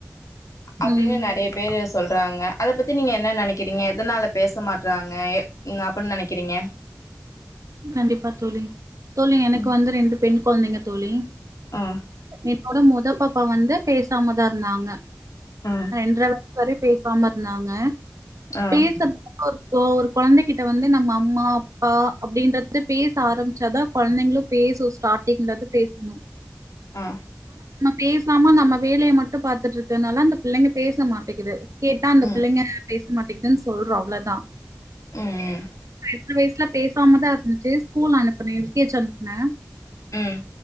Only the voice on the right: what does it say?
ம்
கண்டிப்பா தோழி தோழி எனக்கு
வந்து ரெண்டு பெண் குழந்தைங்க தோழி
என்னோட மொத பாப் பா வந்து பேசாமதா இருந்தாங்க
ரெண்ட்ற வயுசு வரையு பேச கோவமா இருந்தாங்க
பேச இப்போ ஒரு கொழந்தகிட்ட வந்து நம்ம அம்மா அப்பா அப்டின்றது பேச ஆரம்ச்சாதா கொழந்தைங்களு பேசு ஸ்டார்ட்டிங்லருந்து பேசனு
பேசாம நம்ம வேலைய மட்டு பாத்துட்ருக்கனால அந்தப் பிள்ளைங்க பேச மாட்டிக்குது கேட்டா அந்த
பிள்ளைங்க பேச மாட்டிக்குதுன் சொல்றோ அவ்ளதா
சின்ன வயசுல பேசாமதா இருந்துச்சு ஸ்கூல் அனுப்புனே எல் கே ஜ் அனுப்புனே